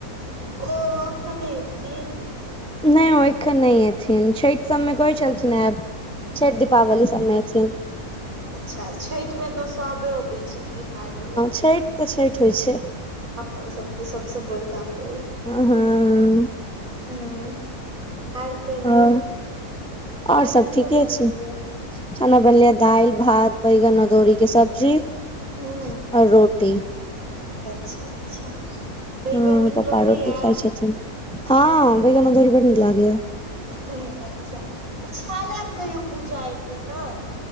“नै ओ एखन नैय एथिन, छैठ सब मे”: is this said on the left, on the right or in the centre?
Centre